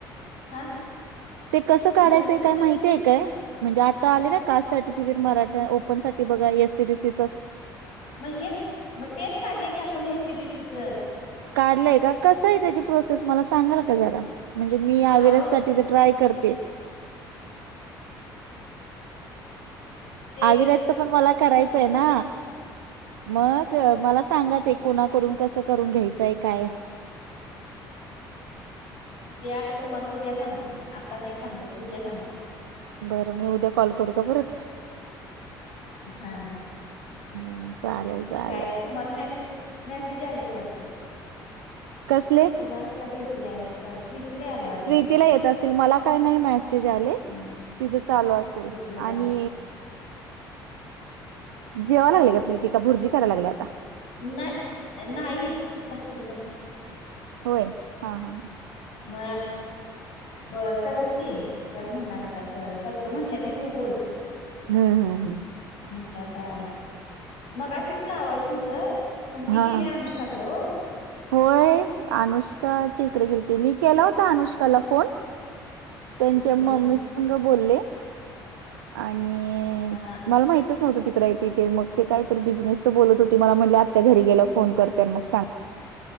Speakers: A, on the left; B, on the right.
A: हा
B: <inaudible> ते कसं काढायचंय
A: नवीन कुठलं
B: काय माहिती आहे काय? म्हणजे आता आले ना कास्ट सर्टिफिकेट मराठ ओपन साठी बघा एसीबीसी चं
A: म हेच म तेच काढले की आपण एस सी बीसीचंच.
B: काढलंय का कसं आहे त्याची प्रोसेस मला सांगाल का जरा. म्हणजे मी आविरससाठीठीच
A: आहो
B: ट्राय करते.
A: ते
B: आविराजचं पण मला करायचंय
A: आता
B: ना
A: तू
B: मग मला सांगत आहे कोणा करून कसं करून घ्यायचंय काय
A: ते आता तुम्हाला उद्या सांगतो आत्ता नाही सांगा उद्या सांगतो.
B: बरं मी उद्या कॉल करू का परत
A: हा
B: हम्म
A: <inaudible>
B: चालेल चालेल.
A: काय. तुम्हाला मॅसेज मेसेज यायलेत वाटतं. <inaudible>
B: कसले.
A: तुम्हाला का प्रीती काय प्रीतीला आलाय वाटत.
B: प्रीतीला येत असतील मला काय नाही मेसेज आले.
A: हम्म,
B: तिचं चालू असेल
A: प्रीतीलाच
B: आणि
A: आलाय
B: जेवाय लागले का प्रीतिका भुजी करायला लागली आता.
A: नाही <inaudible> नाही बाथरूमला गेली.
B: होय <inaudible> हा हा.
A: म <inaudible> ब करल की कर म्हणणार आता करतो म्हंटलं मी तू बोल
B: हम्म हम्म हम्म.
A: म्हंटलं आता मग अशीच लावायचं होतं पण ती
B: हा
A: गेली अनुष् तकडो
B: होय अनुष्काच्या इकडे गेलीती मी केला होता अनुष्काला फोन. त्यांच्या
A: हम्म,
B: मम्मी संग बोले. <inaudible> आणि
A: हा,
B: मला माहितच नव्हतं तिकड आहे ते. ते मग ते काय तर बिझनेसचं बोलत होते मला म्हटले आत्या घरी गेल्यावर फोन करते आणि मग सांगते